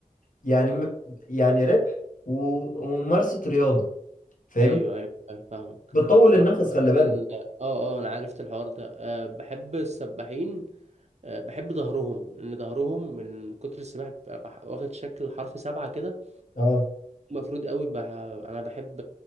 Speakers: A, on the left; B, on the right.
A: يعني م- يعني ربح و- وممارسة رياضة فاهمني
B: ايوه ايوه فاهم- فاهمك
A: بتطول
B: صراحه
A: النفس خلي بالك
B: ال- اه اه انا عرفت الحوار ده أه بحب السباحين أه بحب ظهرهم لان ظهرهم من كتر السباحه بيبقى بح- واخد شكل حرف سبعه كده
A: اه
B: مفروض قوي بح... انا بحب